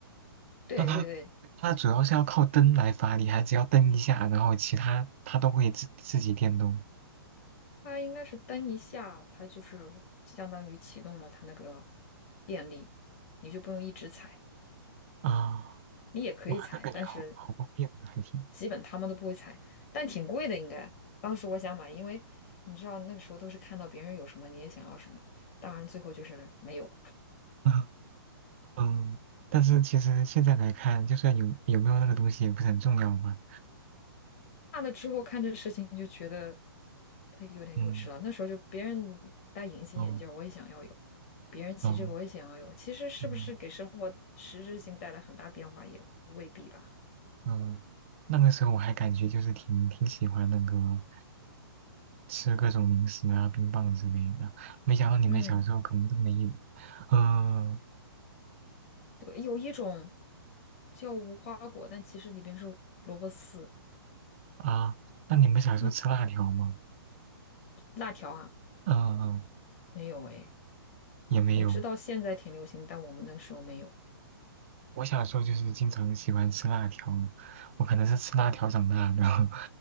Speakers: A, on the left; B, on the right.
A: 对对对，
B: 那它它主要是要靠蹬来发力，还只要蹬一下，然后其他它都会自自己电动
A: 它应该是蹬一下，它就是相当于启动了它那个电力，你就不用一直踩，
B: 啊，
A: 你也可以踩，
B: 哇，那感觉好好方便的，
A: 但是
B: 还是，
A: 基本他们都不会踩，但挺贵的应该。当时我想买，因为你知道那个时候都是看到别人有什么你也想要什么，当然最后就是没有。
B: 嗯嗯，但是其实现在来看，就算有有没有那个东西也不是很重要吧，
A: 大了之后看这事情就觉得他有点幼稚了。
B: 嗯
A: 那时候就别人戴隐形眼镜儿我也想要有；
B: 嗯
A: 别人骑这个，
B: 嗯
A: 我也想要有。其实是不是给生活实质性带来很大变化，
B: 嗯，
A: 也未必吧。
B: 嗯，那个时候我还感觉就是挺挺喜欢那个吃各种零食啊、冰棒之类的。没想到你们小时候可能都没有。
A: 嗯，
B: 嗯、
A: 对，有一种叫无花果，但其实里边是萝卜丝。
B: 啊，那你们小时候吃辣条吗？
A: 你辣条啊？
B: 嗯、嗯，
A: 没有哎，
B: 也没有。
A: 我知道现在挺流行，但我们那个时候没有
B: 我小时候就是经常喜欢吃辣条，我可能是吃辣条长大的。<laughs>